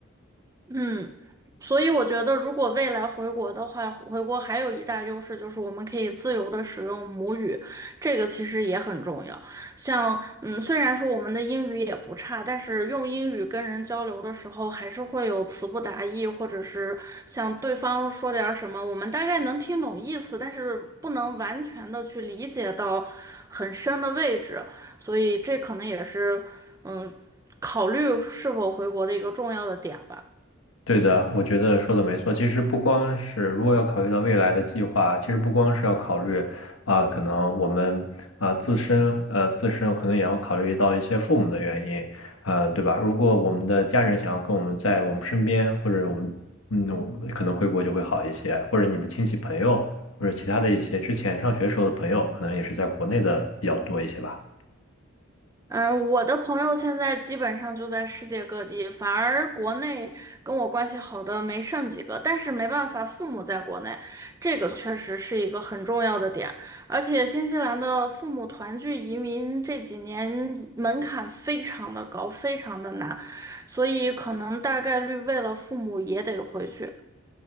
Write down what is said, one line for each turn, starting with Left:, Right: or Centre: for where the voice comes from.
Right: 嗯，所以我觉得，如果未来回国的话，回国还有一大优势就是我们可以自由的使用母语，这个其实也很重要。像，嗯，虽然说我们的英语也不差，但是用英语跟人交流的时候，还是会有词不达意，或者是像对方说点儿什么，我们大概能听懂意思，但是不能完全的去理解到很深的位置，所以这可能也是，嗯，考虑是否回国的一个重要的点吧。
Left: 对的，我觉得说的没错。其实不光是如果要考虑到未来的计划，其实不光是要考虑啊、可能我们啊、自身呃自身可能也要考虑到一些父母的原因，呃，对吧？如果我们的家人想要跟我们在我们身边，或者我们嗯我们可能回国就会好一些，或者你的亲戚朋友，或者其他的一些之前上学时候的朋友，可能也是在国内的比较多一些吧。
Right: 嗯，我的朋友现在基本上就在世界各地，反而国内跟我关系好的没剩几个。但是没办法，父母在国内，这个确实是一个很重要的点。而且新西兰的父母团聚移民这几年门槛非常的高，非常的难，所以可能大概率为了父母也得回去。